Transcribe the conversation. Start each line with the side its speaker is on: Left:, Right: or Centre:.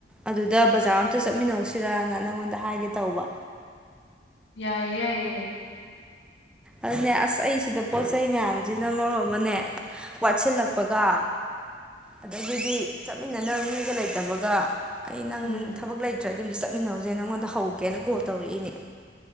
Centre: ꯑꯗꯨꯗ ꯕꯖꯥꯔ ꯑꯝꯇ ꯆꯠꯃꯤꯟꯅꯧꯁꯤꯔꯅ ꯅꯪꯉꯣꯟꯗ ꯍꯥꯏꯒꯦ ꯇꯧꯕ
Left: ꯌꯥꯏꯌꯦ ꯌꯥꯏꯌꯦ
Centre: ꯑꯗꯨꯅꯦ ꯑꯁ ꯑꯩꯁꯤꯗ ꯄꯣꯠ ꯆꯩ ꯃꯌꯥꯝꯖꯤꯅ ꯃꯔꯣꯟ ꯑꯃꯅꯦ ꯋꯥꯠꯁꯤꯜꯂꯛꯄꯒ ꯑꯗꯒꯤꯗꯤ ꯆꯠꯃꯤꯟꯅꯅꯕ ꯃꯤꯒ ꯂꯩꯇꯕꯒ ꯑꯩ ꯅꯪ
Left: ꯎꯝ
Centre: ꯊꯕꯛ ꯂꯩꯇ꯭ꯔꯥꯗꯤ ꯑꯝꯇ ꯆꯠꯃꯤꯟꯅꯧꯖꯦꯅ ꯅꯪꯉꯣꯟꯗ ꯍꯧꯒꯦꯅ ꯀꯣꯜ ꯇꯧꯔꯛꯏꯅꯦ